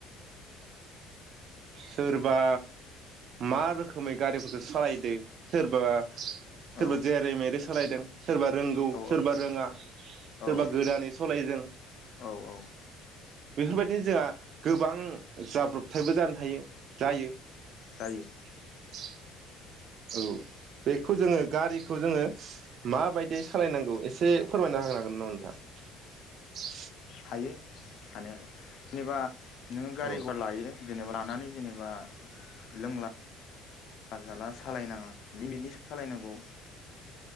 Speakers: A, on the right; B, on the left.
A: सोरबा मा रोखोमै गारिफोरखौ सालायदों सोरबा सोरबा
B: औ
A: जेरै मेरै सालायदों सोरबा रोंगौ
B: औ
A: सोरबा रोङा सोरबा
B: औ
A: गोदानै सालायदों
B: औ औ
A: बेफोरबायदिनो जोंहा गोबां जाब्रब थायबो जानो हायो जायो।
B: जायो।
A: <unintelligible> औ बेखौ जोङो गारिखौ जोङो माबायदि सालायनांगौ एसे फोरमायना हांनागोन नामा नोंथां।
B: हायो हानायालाय जेनेबा नोङो गारि
A: औ
B: गघरा लायो जेनेबा लानानै जेनेबा लोंला जााला सालायनाङा लिमिटनि सालायनांगौ